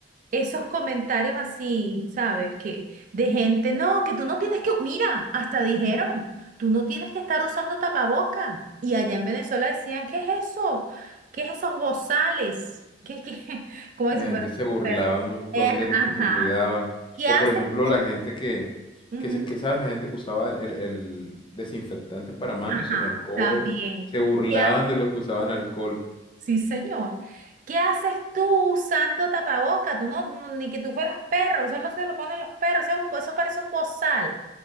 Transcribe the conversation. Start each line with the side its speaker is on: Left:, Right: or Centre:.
Right: esos comentarios así, ¿sabes? Que de gente, no, que tú no tienes que, mira, hasta dijeron, tú no tienes que estar usando tapaboca. Y allá en Venezuela decían, ¿qué es eso? ¿Qué es esos bozales? ¿Qué, qué? <laughs> Como
Left: La
Right: si
Left: gente
Right: fueran
Left: se
Right: unos
Left: burlaba
Right: perros.
Left: un montón
Right: Eh,
Left: de los
Right: ajá.
Left: que se cuidaban.
Right: ¿Qué
Left: O
Right: haces
Left: por ejemplo,
Right: tú?
Left: la gente que,
Right: Ujú.
Left: que, se- que, ¿sabes? La gente que usaba el, el- el desinfectante para manos,
Right: Ajá,
Left: el alcohol.
Right: también.
Left: Se burlaban
Right: ¿Qué haces?
Left: de los que usaban alcohol.
Right: Sí, señor. ¿Qué haces tú usando tapaboca? Tú no, no- ni que tú fueras perro, solo se lo ponen los perros, eso, es un- eso parece un bozal.